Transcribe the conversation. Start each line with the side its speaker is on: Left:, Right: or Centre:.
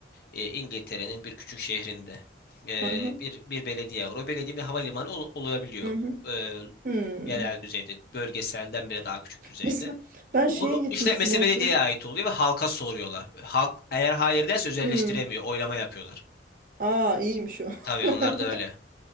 Left: e, İngiltere'nin bir küçük şehrinde e,
Right: Aha,
Left: bir bir belediye var. O belediye bir havalimanı ol- olabiliyor.
Right: hı hı. hı.
Left: E,
Right: Hmm.
Left: yerel düzeyde, bölgeselden bile daha küçük düzeyde.
Right: Mesela ben şeye
Left: Onu
Right: gitmiştim
Left: işletmesi
Right: orada.
Left: belediyeye ait oluyor ve halka soruyorlar. Halk eğer hayır derse özelleştiremiyor.
Right: Hmm.
Left: Oylama yapıyorlar.
Right: Aa iyiymiş o.
Left: Tabii
Right: <laughs>
Left: onlar da öyle.